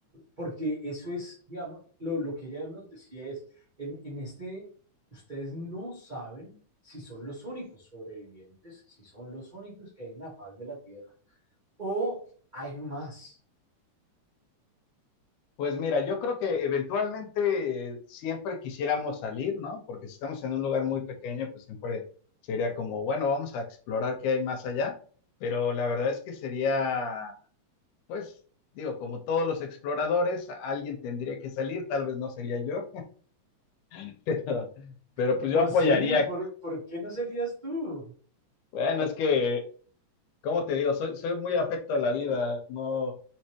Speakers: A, on the right (about 60°); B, on the left (about 80°).
A: porque eso es, digamos, lo, lo que ella nos decía es, en, en este, ustedes no saben si son los únicos sobrevivientes, si son los únicos que hay en la faz de la Tierra, o hay más.
B: pues mira, yo creo que eventualmente eh, siempre quisiéramos salir, ¿no? Porque si estamos en un lugar muy pequeño, pues siempre sería como, bueno, vamos a explorar qué hay más allá. Pero la verdad es que sería, pues, digo, como todos los exploradores, alguien tendría que salir, tal vez no sería yo <laughs> Pero, pero
A: ¿Cómo
B: pues yo apoyaría.
A: así? ¿Por, por qué no serías tú?
B: Bueno, es que, como te digo? Soy, soy muy afecto a la vida. No,